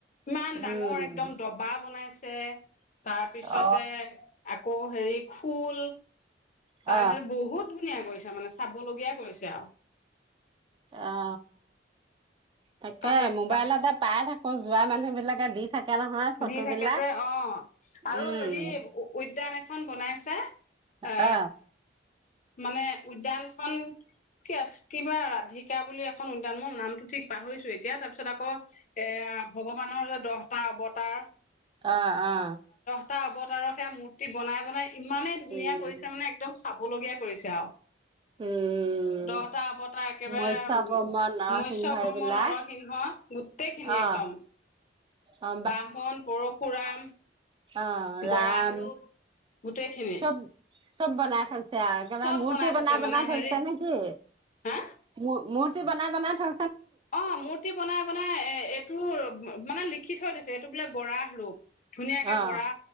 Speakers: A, on the left; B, on the right.
A: ইমান
B: উম
A: ডাঙৰ একদম দবা বনাইছে <unintelligible> তাৰপিছতে
B: অ
A: আকৌ হেৰি খোল তাৰ
B: অ
A: পিছত বহুত ধুনীয়া কৰিছে মানে চাবলগীয়াাই কৰিছে আৰু
B: অ তাকে
A: তাতে
B: মোবাইলৰ এটা পাই থাক আকৌ যোৱা মানুহ বিলাকে দি থাকে নহয় ফটোবিলাক
A: দি থাকে যে অ আৰু
B: উম
A: হেৰি উদ্যান এখ খন বনাইছে এ
B: অ
A: মানে উদ্যানখন কি আ কিবা ৰাধিকা বুলি এখন উদ্যান মোৰ নামটো ঠিক পাহৰিছো এতিয়া তাৰ পিছত আকৌ এ ভগৱানৰ যে দহটা অৱতা তাৰ
B: অ অ
A: এটা অৱতাৰৰ সেয়া মূৰ্তি বনাই বনাই ইমানে ধুনীয়া
B: উম
A: কৰিছে মানে একদম চাবলগীয়া কৰিছে আও
B: উম
A: দহটা অৱতা একেবাৰে
B: মৎস্য কৰ্ম নৰসিংহ
A: মৎসয় কৰ্ম
B: এইবিলাক
A: নৰসিংহ গোটেইখিনি
B: অ
A: একদম
B: অ
A: বাহন পৰশুৰাম
B: অহ
A: বৰাহ
B: ৰাম
A: ৰূপ গোটেইখিনি
B: চব চব বনাই থৈ ছে আও একেবাৰে
A: চব
B: মূৰ্তি বনাই
A: থৈছে
B: বনাই
A: মানে
B: থৈছে
A: হেৰি
B: নেকি
A: হা
B: মূ মূৰ্তি বনাই বনাই থৈ
A: অ মূৰ্তি বনাই বনাই এ এইটো মানে লিখি থৈ দিছ যে এইটো বোলে বৰাগ ৰূপ ধুনীয়াকে
B: অ
A: বৰা